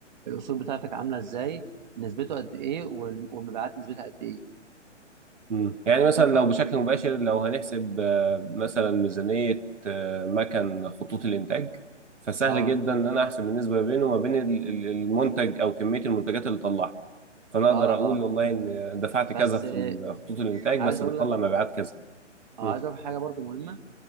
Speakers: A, on the right (about 40°); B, on the right (about 75°).
A: الاصول بتاعتك عامله ازاي نسبته قد ايه وال- والمبيعات نسبتها قد ايه
B: مم. يعني
A: بتقعد
B: مثلا
A: بقى
B: لو بشكل مباشر لو هنحسب آه، مثلا ميزانية آه، مكن خطوط الإنتاج فسهل
A: اه
B: جدا إن أنا أحسب النسبة بينه وما بين ال- ال- المنتج أو كمية المنتجات اللي طلعها فأنا أقدر
A: اه
B: أقول
A: اه
B: والله إن دفعت
A: بس
B: كذا في
A: آه،
B: خطوط الإنتاج
A: عايز
B: بس
A: اقول
B: بتطلع
A: لك
B: مبيعات
A: آه
B: كذا
A: عايز
B: مم.
A: اقول لك حاجه برضو مهمه